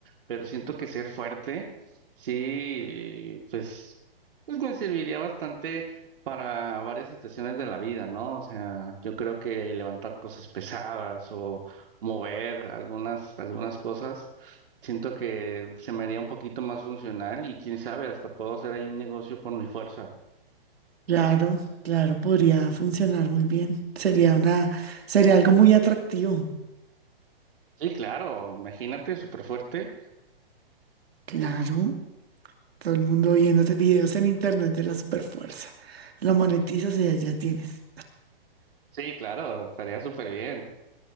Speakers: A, on the right (about 60°); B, on the right (about 80°).
A: Pero siento que ser fuerte, sí, pues, pues me serviría bastante para varias situaciones de la vida, ¿no? O sea, yo creo que levantar cosas pesadas o mover algunas, algunas cosas, siento que se me haría un poquito más funcional y quién sabe, hasta puedo hacer ahí un negocio por mi fuerza.
B: claro, claro, podría funcionar muy bien. Sería una, sería algo muy atractivo.
A: Sí, claro, imagínate, súper fuerte.
B: Claro, todo el mundo viéndote videos en internet de la superfuerza. Lo monetizas y ya tienes.
A: Sí, claro, estaría súper bien.